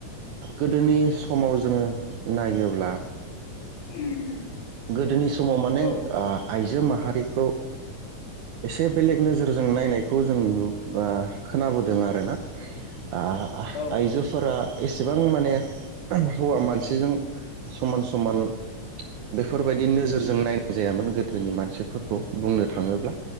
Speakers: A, on the right; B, on the left.
A: गोदोनि समाव जोङो नायोब्ला
B: <unintelligible>
A: गोदोनि समाव माने
B: औ
A: ओ आइजो मा हारिखौ एसे बेलेग नोजोरजों नायनाय खौ जों नु ओ खोनाबोदों आरोना ओ
B: औ
A: आइजोफोरा एसेबां माने हौवा मानसिजों समान समान बेफोरबायदि नोजोरजों नायनाय जायामोन गोदोनि मानसिफोरखौ बुंनो थाङोब्ला